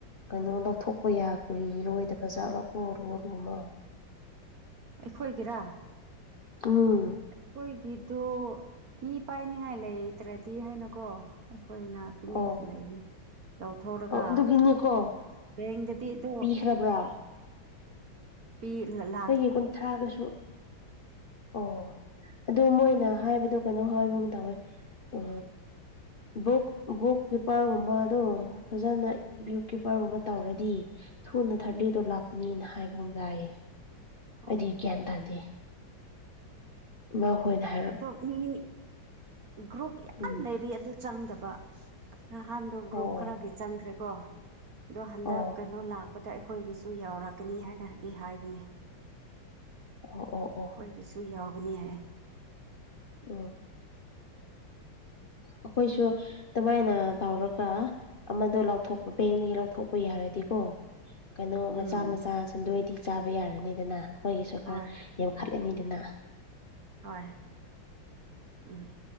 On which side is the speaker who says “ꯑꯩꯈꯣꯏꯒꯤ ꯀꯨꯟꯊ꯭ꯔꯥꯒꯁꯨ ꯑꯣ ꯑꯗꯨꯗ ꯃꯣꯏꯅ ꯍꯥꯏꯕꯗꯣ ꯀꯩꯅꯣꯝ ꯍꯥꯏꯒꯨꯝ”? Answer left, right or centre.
Left